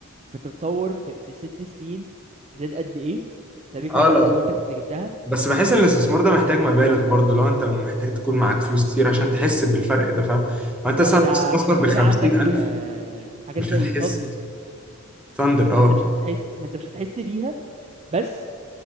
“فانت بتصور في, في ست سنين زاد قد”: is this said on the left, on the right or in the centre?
Right